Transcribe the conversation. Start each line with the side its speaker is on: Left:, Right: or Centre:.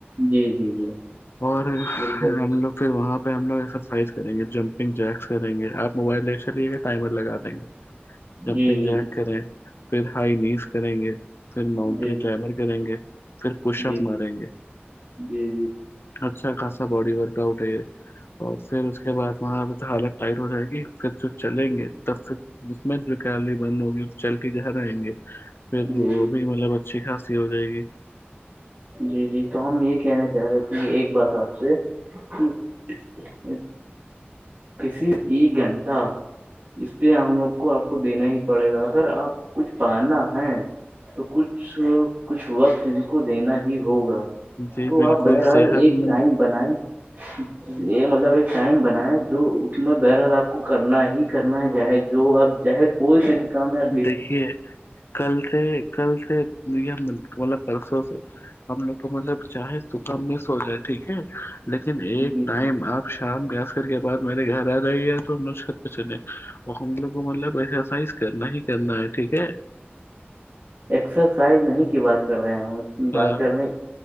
Right: جی جی جی
Left: اور
Right: بالکل
Left: ہم لوگ پھر وہاں پہ ہم لگ ایکسرسائز کریں گے جمپنگ جیکس کریں گے آپ موبائل لے چلیے گا ٹائمر لگا دیں گے جمپنگ
Right: جی جی
Left: جیک
Right: جی
Left: کریں پھر ہائی نیز کریں گے پھر ماؤنٹین
Right: جی جی
Left: کلائمبر کریں گے پھر پش
Right: جی
Left: اپ ماریں گے
Right: جی
Left: اچھا خاصا باڈی ورک آؤٹ ہے یہ اور پھر اس کے بعد وہاں پہ تو حالت ٹائٹ ہو جائے گی پھر تو چلیں گے تب پھر ج میں جوکلی بند ہوگی چل کے گھر آئیں گے پھر
Right: جی جی
Left: وہ بھی مطلب اچھی خاصی ہو جائے گی
Right: جی جی تو ہم یہ کہنا چاہ رہے تھے ایک بات آپ سے کہ کسی ای گھنٹہ اس پہ ہم لوگ کو آپ کو دینا ہی پڑے گا اگر آپ کچھ پانا ہے تو کچھ کچھ وقت ان کو دینا ہی ہوگا
Left: جی
Right: تو
Left: بالکل
Right: آپ بہرحال
Left: صحت
Right: ایک
Left: مند
Right: ٹائم بنائے مطلب ایک ٹائم بنائےیں جو اس میں بہرحال آپ کو کرنا ہی کرنا ہے جاہے جو آپ جاہے کوئی سے بھی کامیاب
Left: دیکھیے کل سے کل سے مطلب پرسوں سے ہم لوگ کو مطلب چاہے صپح مس ہو جائے ٹھیک ہے لیکن ایک
Right: جی
Left: ٹائم
Right: جی
Left: آپ شام گس کر کے بعد میرے گھر آ جائیے گا تو ہمو چل اور ہم لوگ کو مطلب ایکسرسائز کرنا ہی کرنا ہے ٹھیک ہے
Right: ایکسرسائز نہیں کی بات کر رہے ہیں بات
Left: ہاں
Right: کرنے